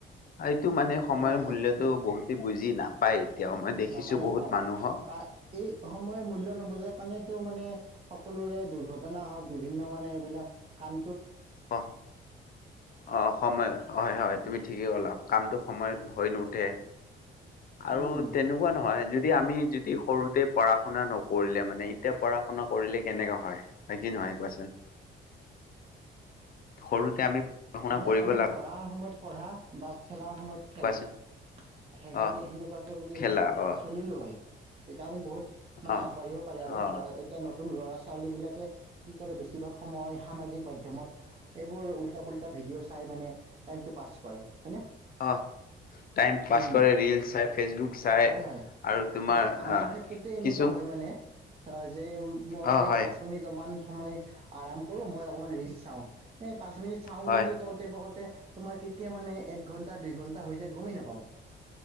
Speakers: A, on the left; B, on the right.
A: এইটো মানে সময়ৰ
B: হয় হয়
A: মূল্যত বহুতে বুজি নাপায় দেখিছো
B: নাপায় নাপায়
A: বহুত মানুহক
B: কা এই সময় মূল্য নুবুজাৰ কাৰণেতো মানে সক সকলোৰে দুৰ্ঘটনা হওক বিভিন্ন মানে এইবিলাক কাম
A: অ', অ', সময় হয় হয় তুমি ঠিকেই ক'লা কামটো সময়ত হৈ নুঠে আৰু
B: উম উম
A: তেনেকুৱা নহয় যদি যদি আমি যদি সৰুতে পঢ়া শুনা নকৰিলে মানে এতিয়া পঢ়া শুনা কৰিলে কেনেকা হয় হয় কি নহয় নাই কোৱাচোন সৰুতে আমি পঢ়া শুনা
B: মানে
A: কৰিব
B: আমি
A: লাগ
B: পঢ়াৰ সময়ত পঢ়া বা খেলাৰ সময়ত খেলা
A: কোৱাচোন
B: সেইখিনি
A: অ',
B: সেনেকুৱাকৈ যদি
A: খেলা
B: আমি
A: অ',
B: চলিলোঁ হয় তেতিয়া আমি বহুত মানে
A: অ'।
B: আগবাঢ়িব পাৰি আৰু
A: অ',
B: এতিয়া নতুন ল'ৰা ছোৱালী বিলাকে কি কৰে বেছিভাগ সময় সামাজিক মাধ্যমত এইবোৰ উল্টা পুল্টা ভিডিঅ' চাই মানে টাইমটো পাছ কৰে হয়নে
A: অ', টাইম পাছ
B: উম
A: কৰে ৰেল চাই ফেচবুক চাই
B: হয় হয়
A: আৰু তোমাৰ
B: এতিয়া আমাৰ
A: আহ
B: ক্ষেত্ৰতে এনেকুৱা
A: কিছু
B: হয় মানে অ' যে মই
A: অ', হয়,
B: পাঁচ মিনিটমান সময় আৰাম কৰো মই অকমান ৰিষ্ট চাও এ পাঁচ মিনিট চাওঁ
A: হয়,
B: বুলি কওঁতে পাকোতে তোমাৰ কেতিয়া মানে এক ঘন্টা দুই ঘন্টা হৈ যায় গমেই নাপাও